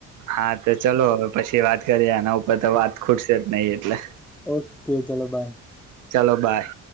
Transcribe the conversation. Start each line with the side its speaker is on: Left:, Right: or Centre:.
Right: હા તો ચાલ પછી વાત કરીએ એના ઉપર તો વાત ખુટશે જ નહી એટલે.
Centre: ઓકે ચલો બાય.
Right: ચાલો બાય.